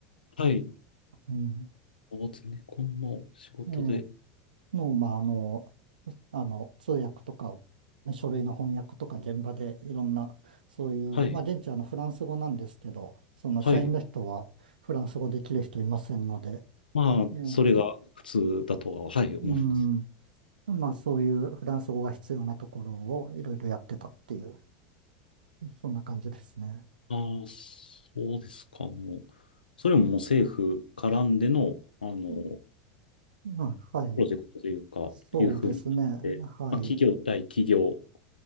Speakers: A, on the left (about 80°); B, on the right (about 70°).
A: はい
B: うん。
A: お、ゼネコンの仕事で、
B: ええ。もう、まあ、あの、あの、通訳とか、書類の翻訳とか現場でいろんな、そういう、
A: はい、
B: まあ、現地はあのフランス語なんですけど、その社員の人はフランス語できる人いませんので、
A: はい。まあ、
B: ええ。
A: それが普通だとは、はい、思います。
B: うん。まあ、そういうフランス語が必要なところをいろいろやってたっていう、そんな感じですね。
A: ああ、そうですか。あの、それももう政府絡んでの、あの、
B: うん。まあはい。
A: プロジェクトというか、
B: そうですね。
A: いうふうになって、
B: はい。
A: まあ、企業対企業